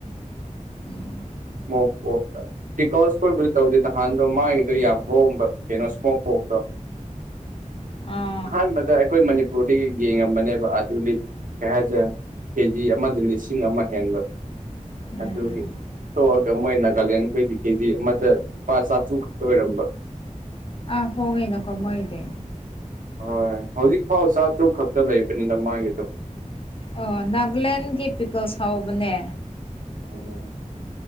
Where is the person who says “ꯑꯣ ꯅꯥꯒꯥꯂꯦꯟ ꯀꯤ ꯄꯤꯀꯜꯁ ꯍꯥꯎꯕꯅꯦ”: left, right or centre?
Left